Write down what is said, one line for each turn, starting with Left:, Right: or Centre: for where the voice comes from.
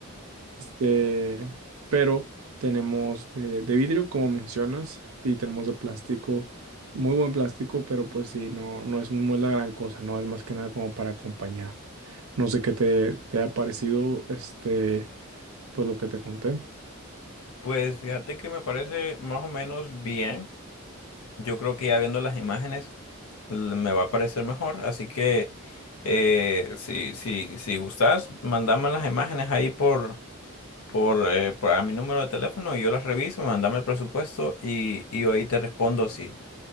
Right: Este, pero tenemos de, de vidrio, como mencionas, y tenemos de plástico, muy buen plástico, pero pues sí, no, no es, muy la gran cosa, ¿no? Es más que nada como para acompañar. No sé qué te, te ha parecido, este, pues lo que te conté.
Left: Pues fíjate que me parece más o menos bien. Yo creo que ya viendo las imágenes l- me va a parecer mejor. Así que eh, si, si, si gustas, mandame las imágenes ahí por, por, eh, por a mi número de teléfono y yo las reviso, mandame el presupuesto y, y ahí te respondo si,